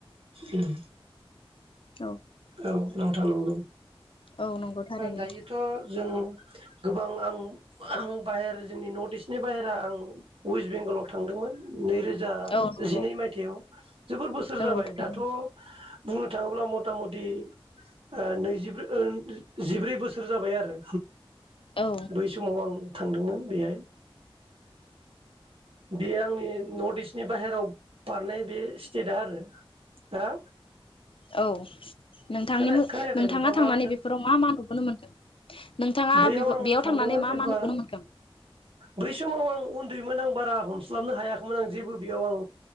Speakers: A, on the right; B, on the left.
A: उम
B: औ
A: औ नोंथां नंगौ
B: औ नंगौ थारैनो
A: दायोथ' जों गोबां आं आं बाहेर जोंनि नर्थ इस्टनि बाहेरा आं वेस्ट बेंगलाव थांदोंमोन नैरोजा
B: औ नंगौ
A: जिनै मायथाइयाव जोबोर बोसोर
B: औ
A: जाबाय
B: थारैनो
A: दाथ बुंनो थांङोब्ला मथा मथ दि ओ नैजिब्रै ओ जिब्रै बोसोर जाबाय आरो
B: औ
A: बै समाव आं थांदोंमोन। बेहाय बेयो आंनि नर्थ इस्टनि बाहेराव बारनाय बे सिथेठ आ आरो हो
B: औ नोंथांनि
A: खोना खोनायाखै नोंथाङा
B: थांनानै
A: मा बुंदों
B: बेफोराव मा मा नुबोनो मोनखो नोंथाङा
A: बैयाव आंङो
B: बेयाव
A: थांदोंमोन
B: थांनानै मा
A: जेब्ला
B: मा नुबोनो मोनखो
A: बै समाव आं उन्दै मोन बारा हमस्लाबनो हायाखैमोन आं जेबो बेयाव आं